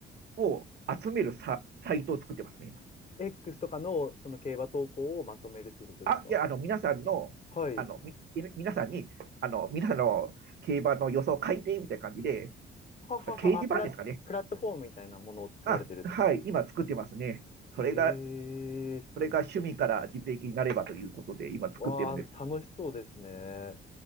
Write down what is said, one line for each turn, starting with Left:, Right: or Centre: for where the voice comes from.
Right: を集めるサ、サイトを作ってますね、今。
Left: X とかのその競馬投稿をまとめるっていうことですか
Right: あ、いや、あの、皆さんの、
Left: はい。
Right: あの、み、皆さんに、あの、皆さんの競馬の予想を書いて、みたいな感じで、
Left: ははは、
Right: 掲示板ですかね。
Left: あ、プラ、プラットフォームみたいなものを作られてるってことですね。
Right: あ、はい、今作ってますね。それが、
Left: へえ、
Right: それが趣味から実益になればということで、今作ってるんです。
Left: わあ、楽しそうですね。